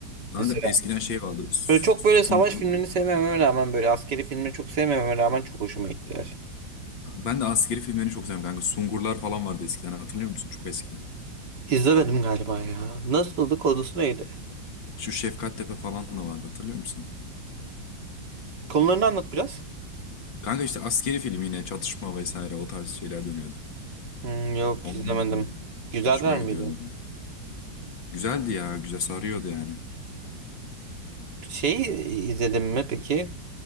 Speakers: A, on the left (about 85°); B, on the right (about 65°).
A: Kanka
B: Mesela
A: eskiden şey vardı.
B: böyle çok böyle savaş
A: Sungur,
B: filmlerini sevmememe rağmen böyle askeri filmleri çok sevmememe rağmen çok hoşuma gittiler.
A: Ben de askeri filmlerini çok seviyorum kanka. Sungurlar falan vardı eskiden hatırlıyor musun? Çok eskiden.
B: İzlemedim galiba ya. Nasıldı? Konusu neydi?
A: Şu Şefkattepe falan da vardı hatırlıyor musun?
B: Konularını anlat biraz.
A: Kanka işte askeri film yine çatışma vesaire o tarz şeyler dönüyordu.
B: Hmm, yok
A: Ondan
B: izlemedim.
A: dolayı
B: Güzeller
A: hoşuma gidiyordu.
B: miydi?
A: Güzeldi ya güzel sarıyordu yani.
B: Şeyi izledim mi peki?